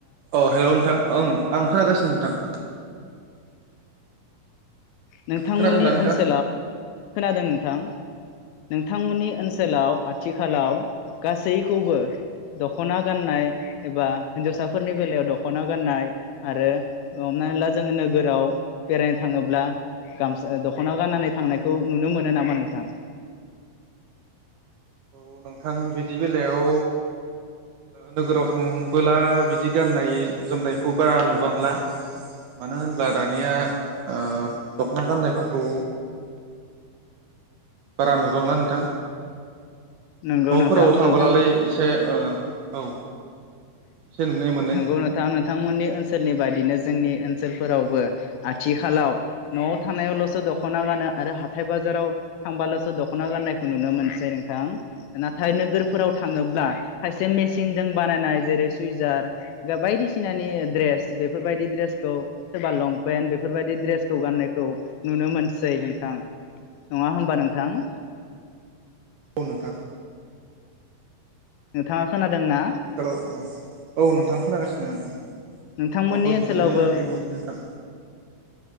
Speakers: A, on the right; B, on the left.
A: अ हेलौ नोंथां ओं आं खोनागासिनो नोंथां।
B: नोंथांमोननि
A: खोनादोंना नोंथां
B: ओनसोलाव, खोनादों नोंथां? नोंथांमोननि ओनसोलाव आथिखालाव गासैखौबो दख'ना गाननाय एबा हिनजावसाफोरनि बेलायाव दख'ना गाननाय आरो हमनानै ला जोङो नोगोराव बेरायनो थाङोब्ला गामसा-दख'ना गाननानै थांनायखौ नुनो मोनो नामा नोंथां?
A: औ नोंथां बिदि बेलायाव नोगोराव थांबोला बिदि गाननाय जोमनायखौ बारा नुबांला मानो होनब्ला दानिया ओ दख'ना गाननायफोरखौ बारा नुबांला नोंथां।
B: नंगौ
A: न'फोराव
B: नोंथां
A: थाबोलालाय
B: नोंथां
A: एसे औ एसे नुनाय मोनो
B: नंगौ नोथां, नोंथांमोननि ओनसोलनि बादिनो जोंनि ओन सोलफोरावबो आथिखालाव न'आव थानायांनायावल'सो दख'ना गानो आरो हाथाय बाजाराव थांबाल'सो दख'ना गाननायखौ नुनो मोनसै नोंथां नाथाय नोगोरफोराव थाङोब्ला खायसे मेचिनजों बानायनाय जेरै सुइजार दा बायदिसिनानि ड्रेस बेफोरबायदि ड्रेसखौ सोरबा लंपेन्ट बेफोरबायदि ड्रेसखौ गाननायखौ नुनो मोनसै नोंथां नङा। होमबा नोंथां?
A: औ नोंथां।
B: नोंथाङा खोनादोंना
A: आथिखालाव औ औ नोंथां खोनागासिनो आङो जोंनावबो
B: नोंथांमोननि ओनसोलावबो
A: बिदिनो नुनो मोनसै नोंथां।